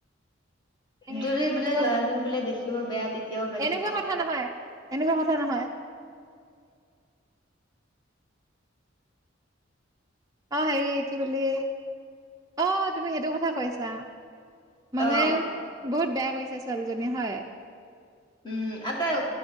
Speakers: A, on the right; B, on the left.
A: এনে
B: যদি বোলে
A: এনেকুৱা
B: ল'ৰাজন
A: কথা
B: বোলে দেখিব বেয়া তেতিয়াও বেলেগ
A: এনেকুৱা কথা নহয় এনেকুৱা কথা নহয় <unintelligible> অ হেৰি কি বুলি অ তুমি সেইটো কথা কৈছা মানে
B: অ
A: বহুত বেয়া কৰিছে ছোৱালীজনী হয়
B: উম আটা <inaudible>